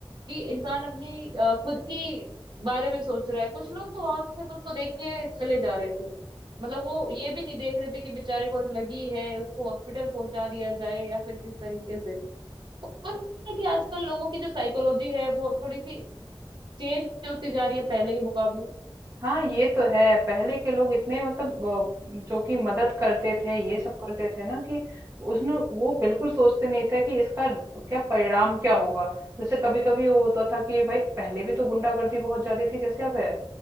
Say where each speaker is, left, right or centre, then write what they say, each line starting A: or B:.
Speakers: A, on the right; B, on the right.
A: कि इंसान अपनी अ, खुद की बारे में सोच रहा है कुछ लोग तो वहां से सिर्फ उसको देख के चले जा रहे थे मतलब वो ये भी नहीं देख रहे थे कि बेचारे को लगी है उसको हॉस्पिटल पहुंचा दिया जाए या फिर किस तरीके से और है कि आजकल लोगों की जो साइकोलॉजी है वो थोड़ी सी चेंज होती जा रही है पहले के मुकाबले
B: हाँ ये तो है पहले के लोग इतने मतलब अ, जो कि मदद करते थे ये सब करते थे ना कि उसने वो बिल्कुल सोचते नहीं थे कि इसका क्या परिणाम क्या होगा जैसे कभी कभी वो होता था कि भाई पहले भी तो गुंडागर्दी बहुत ज्यादा थी जैसे अब है